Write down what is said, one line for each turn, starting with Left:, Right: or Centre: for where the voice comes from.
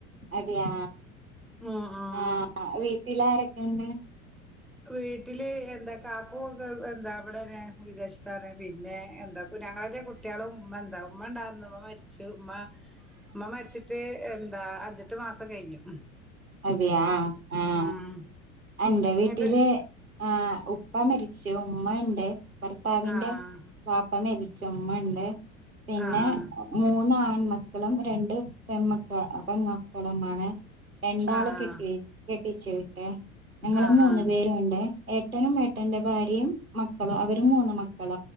Right: അതെയാ
Centre: ഉം ഉം
Right: ആ
Centre: ഉം
Right: വീട്ടിൽ ആരൊക്കെണ്ട്
Centre: വീട്ടില് എന്തൊക്ക കാക്കു എന്താ ഇവിടേന് വിദേശത്താണ് പിന്നെ എന്താക്ക ഞങ്ങള കുട്ട കുട്ടികളും ഉമ്മ എന്താ ഉമ്മ ഉണ്ടായിരുന്നു ഉമ്മ മരിച്ചു ഉമ്മ ഉമ്മ മരിച്ചിട്ട് എന്താ അഞ്ചെട്ട് മാസം കഴിഞ്ഞു
Right: അതിയാ ആഹ് ആഹ്
Centre: ഉം
Right: അന്റെ വീട്ടില്
Centre: ഇങ്ങട്ട്
Right: ആഹ് ഉപ്പ മരിച്ചു ഉമ്മണ്ട് ഭർത്താവിന്റെ
Centre: ആഹ്
Right: വാപ്പ മരിച്ചുമ്മണ്ട് പിന്നെ
Centre: ആഹ്
Right: മൂന്ന് ആൺമക്കളും രണ്ട് പെമക്കൾ പെമക്കളുംമാണ് രണ്ടാള്
Centre: ആഹ്
Right: കെട്ടി കെട്ടിച്ച് വിട്ട് ഞങ്ങള്
Centre: ആഹ്
Right: മൂന്ന് പേരും ഉണ്ട് ഏട്ടനും ഏട്ടന്റെ ഭാര്യയും മക്കളും അവര് മൂന്ന് മക്കള